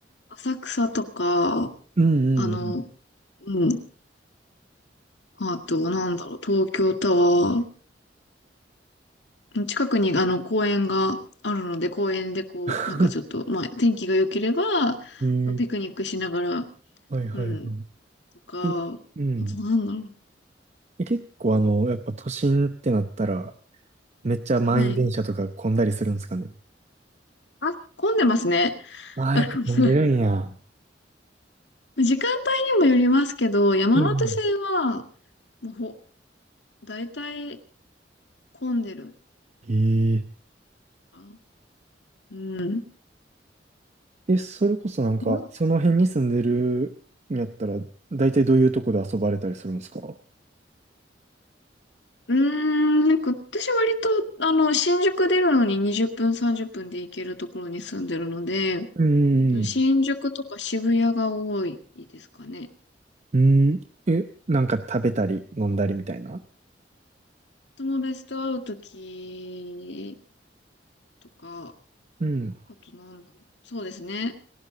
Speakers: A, on the left; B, on the right.
A: 浅草とか、
B: うんうんうん。
A: あの、うん、あと、なんだろう、東京タワー、近くにあの公園があるので、公園でこう、
B: <laughs>
A: なんかちょっと、まあ、天気が良ければ、
B: ええ
A: ピクニックしながら、
B: はいはいはい。
A: うん、とか、
B: いや、うん。
A: あとなんだろ
B: え結構あの、やっぱ都心ってなったら、めっちゃ満員電車とか混んだりするんですかね。
A: う、ね。あ、混んでますね。
B: ああ、
A: <laughs>
B: やっぱ混んでるんや。
A: 時間帯にもよりますけど、山手線は、
B: うんうん。
A: もうほ、大体混んでる
B: え
A: かな。うん。
B: ええ、それこそなんか、
A: まあ
B: その辺に住んでるんやったら、大体どういうとこで遊ばれたりするんですか
A: うーん、なんか私割と、あの、新宿出るのに20分、30分で行けるところに住んでるので、
B: うん。
A: 新宿とか渋谷が多いですかね。
B: うん。え、なんか食べたり飲んだりみたいな。
A: 友達と会うときとか、
B: うん。
A: あとなんだろう。そうですね。